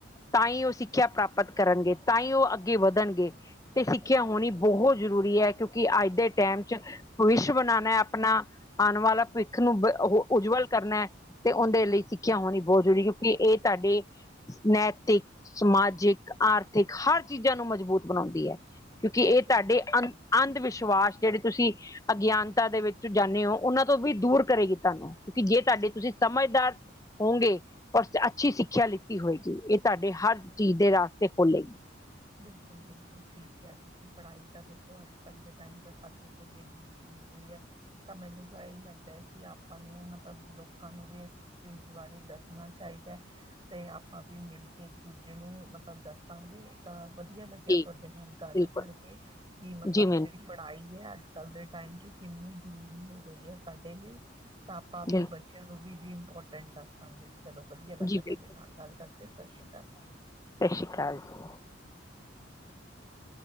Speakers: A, on the left (about 20°); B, on the right (about 25°).
A: ਤਾਂ ਹੀ ਉਹ ਸਿੱਖਿਆ ਪ੍ਰਾਪਤ ਕਰਨਗੇ ਤਾਂ ਹੀ ਉਹ ਅੱਗੇ ਵਧ ਣਗੇ ਤੇ ਸਿੱਖਿਆ ਹੋਣੀ ਬਹੁਤ ਜ਼ਰੂਰੀ ਹੈ ਕਿਉਂਕਿ ਅੱਜ ਦੇ ਟੈਮ ਚ ਭਵਿੱਸ਼ ਬਣਾਣਾ ਆਪਣਾ ਆਉਣ ਵਾਲਾ ਭਵਿੱਖ ਨੂੰ ਉਜਵਲ ਕਰਨਾ ਤੇ ਉਹਦੇ ਲਈ ਸਿੱਖਿਆ ਹੋਣੀ ਬਹੁਤ ਜ਼ਰੂਰੀ ਕਿਉਂਕਿ ਇਹ ਤੁਹਾਡੇ ਨੈਤਿਕ, ਸਮਾਜਿਕ ਆਰਥਿਕ ਹਰ ਚੀਜ਼ਾਂ ਨੂੰ ਮਜ਼ਬੂਤ ਬਣਾਉਂਦੀ ਹੈ ਕਿਉਂਕਿ ਇਹ ਤੁਹਾਡੇ
B: ਬਿਲਕੁਲ
A: ਅੰ ਅੰਧ ਵਿਸ਼ਵਾਸ ਜਿਹੜੇ ਤੁਸੀਂ ਅਗਿਆਨਤਾ ਦੇ ਵਿੱਚ ਜਾਂਦੇ ਹੋ ਉਹਨਾਂ ਤੋਂ ਵੀ ਦੂਰ ਕਰੇਗੀ ਤੁਹਾਨੂੰ, ਕਿਉਂਕਿ ਜੇ ਤੁਹਾਡੇ ਤੁਸੀਂ ਸਮਝਦਾਰ ਹੋੋਂਗੇ, ਪਰ ਅੱਛੀ ਸਿੱਖਿਆ ਲਿੱਤੀ ਹੋਏਗੀ ਇਹ ਤੁਹਾਡੇ ਹਰ ਚੀਜ਼ ਦੇ ਰਸਤੇ ਖੋਲੇਗੀ
B: ਬਿਲਕੁਲ-ਬਿਲਕੁਲ ਠੀਕ ਆ ਤੁਸੀਂ ਪੜ੍ਹਾਈ ਤਾਂ ਦੇਖੋ ਅੱਜ ਕੱਲ੍ਹ ਦੇ ਟਾਈਮ 'ਚ ਹਰ ਕਿਸੇ ਲਈ ਜ਼ਰੂਰੀ ਹੋ ਗਈ ਹੈ ਤਾਂ ਮੈਨੂੰ ਤਾਂ ਇਹੀ ਲੱਗਦਾ ਹੈ ਕਿ ਆਪਾਂ ਨੂੰ ਮਤਲਬ ਲੋਕਾਂ ਨੂੰ ਵੀ ਇਸ ਚੀਜ਼ ਬਾਰੇ ਦੱਸਣਾ ਚਾਹੀਦਾ, ਤੇ ਆਪਾਂ ਵੀ ਮਿਲ ਕੇ ਇੱਕ ਦੂਜੇ ਨੂੰ ਮਤਲਬ ਦੱਸਾਂਗੇ ਤਾਂ ਵਧੀਆ ਲੱਗਿਆ
A: ਜੀ
B: ਤੁਹਾਡੇ ਨਾਲ ਗੱਲ
A: ਬਿਲਕੁਲ
B: ਕਰਕੇ, ਕਿ ਮਤਲਬ
A: ਜੀ ਮੈਮ
B: ਜਿਹੜੀ ਪੜਾਈ ਹੈ ਅੱਜ ਕੱਲ੍ਹ ਦੇ ਟਾਈਮ 'ਚ ਕਿੰਨੀ ਜ਼ਰੂਰੀ ਹੋ ਗਈ ਹੈ ਸਾਡੇ ਲਈ, ਤਾਂ ਆਪਾਂ
A: ਬਿਲ
B: ਆਪਦੇ ਬੱਚਿਆਂ ਨੂੰ ਵੀ ਇਹਦੀ ਇੰਪੋਰਟੈਂਟ ਦੱਸਾਂਗੇ ਚਲੋ ਵਧੀਆ ਲੱਗਿਆ
A: ਜੀ
B: ਤੁਹਾਡੇ
A: ਬਿਲਕੁਲ
B: ਨਾਲ ਗੱਲ ਕਰਕੇ, ਸਤਿ ਸ੍ਰੀ ਅਕਾਲ
A: ਸਤਿ ਸ੍ਰੀ ਅਕਾਲ ਜੀ